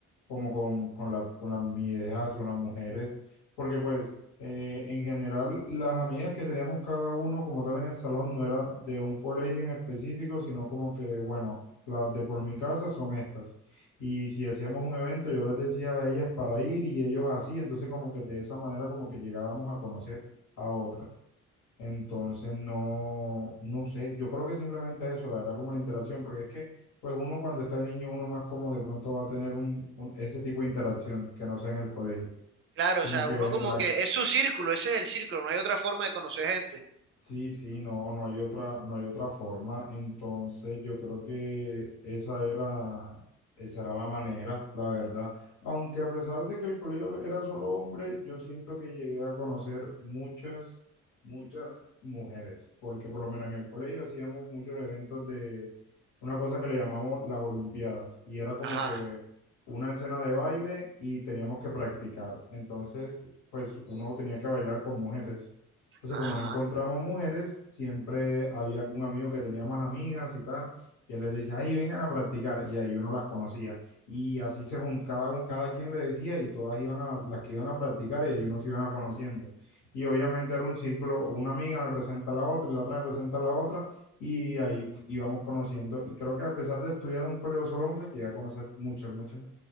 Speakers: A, on the left (about 80°); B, on the right (about 45°).
A: como con, con la, con las viejas, con las mujeres, porque pues eh, en general las amigas que teníamos cada uno como tal en el salón no eran de un colegio en específico, sino como que, bueno, las de por mi casa son estas. Y si hacíamos un evento, yo les decía a ellas para ir y ellos así, entonces como que de esa manera como que llegábamos a conocer a otras. Entonces no, no sé, yo creo que simplemente eso, la verdad, como la interacción, porque es que pues uno cuando está niño, uno más como de pronto va a tener un, un- ese tipo de interacción que no sea en el colegio.
B: Claro,
A: Como
B: o sea,
A: que
B: uno como
A: en la
B: que es su círculo, ese es el círculo, no hay otra forma de conocer gente.
A: Sí, sí, no, no hay otra, no hay otra forma. Entonces, yo creo que esa era, esa era la manera, la verdad. Aunque a pesar de que el colegio era solo hombre, yo siento que llegué a conocer muchas, muchas mujeres, porque por lo menos en el colegio hacíamos muchos eventos de una cosa que le llamamos las Olimpiadas, y era como
B: Ajá,
A: que una escena de baile y teníamos que practicar. Entonces, pues uno tenía que bailar con mujeres. Entonces,
B: ajá.
A: como no encontramos mujeres, siempre había algún amigo que tenía más amigas y tal, y él les decía, ay, vengan a practicar, y ahí uno las conocía. Y así se juntaba, cada, cada quien le decía, y todas iban a, las que iban a practicar, y ahí uno se iban a conociendo. Y obviamente era un círculo, una amiga me presenta a la otra, y la otra me presenta a la otra, y ahí f- íbamos conociendo. Y creo que a pesar de estudiar en un colegio solo hombre, llegué a conocer muchas, muchas